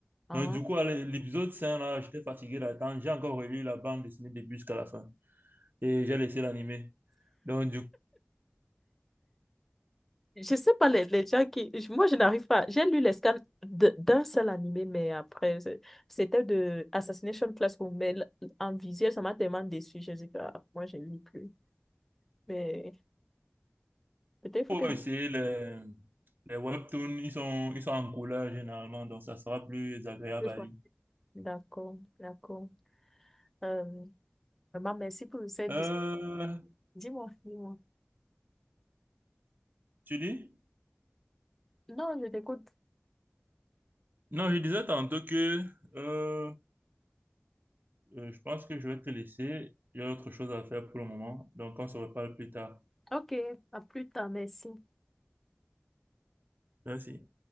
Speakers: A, in the centre; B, on the right (about 50°).
A: ah.
B: Donc, du coup, à l'é- l'épisode 5 là, j'étais fatigué d'attendre. J'ai encore relu la bande dessinée début jusqu'à la fin. Et j'ai laissé l'animé. Donc, du
A: Je sais pas, les, les gens qui. je- Moi, je n'arrive pas. J'ai lu les scans de- d'un seul animé, mais après, c'est- c'était de Assassination Classroom. Mais l- en visuel, ça m'a tellement déçu. Je dis, ah, moi, je ne lis plus. Mais. Peut-être faut
B: coup,
A: que
B: essayer les, les webtoons, ils sont, ils sont en couleur généralement, donc ça sera plus agréable
A: Deux fois.
B: à lire.
A: D'accord, d'accord. Euh, vraiment, merci pour cette
B: Euh,
A: discussion. Dis-moi, dis-moi.
B: tu dis?
A: Non, je t'écoute.
B: Non, je disais tantôt que euh, euh, je pense que je vais te laisser. J'ai autre chose à faire pour le moment, donc on se reparle plus tard.
A: Ok, à plus tard, merci.
B: Merci.